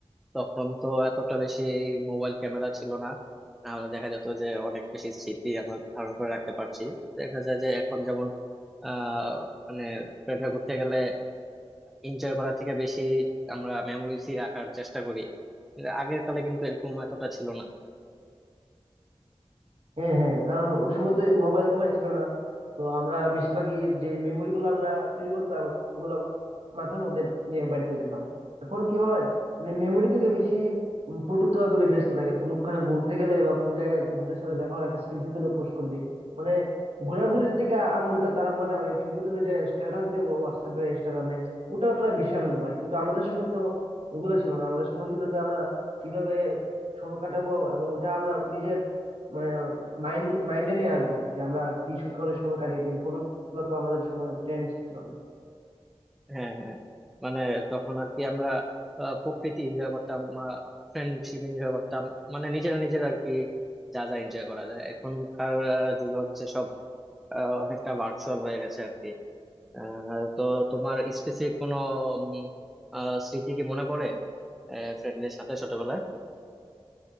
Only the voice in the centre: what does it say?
তখন তো এতটা বেশি মোবাইল ক্যামেরা ছিল না তাহলে দেখা যেত যে অনেক বেশি স্মৃতি আমরা ধারণ করে রাখতে পারছি দেখা যায় যে এখন যেমন আহ মানে ফ্রেন্ডরা ঘুরতে গেলে এনজয় করার থেকে বেশি আমরা মেমোরিজই রাখার চেষ্টা করি কিন্তু আগের কালে কিন্তু এরকম এতটা ছিল না
হ্যাঁ হ্যাঁ মানে তখন আর কি আমরা আহ, প্রকৃতি এনজয় করতাম ফ্রেন্ডশিপ এনজয় করতাম মানে নিজেরা নিজেরা আর কি যা যা এনজয় করা যায় এখনকার আহ, যুগে হচ্ছে সব আহ, অনেকটা ভার্চুয়াল হয়ে গেছে আর কি আহ, তো তোমার স্পেসিফিক কোনো উম, আহ, স্মৃতি কি মনে পড়ে ফ্রেন্ডদের সাথে ছোটবেলায়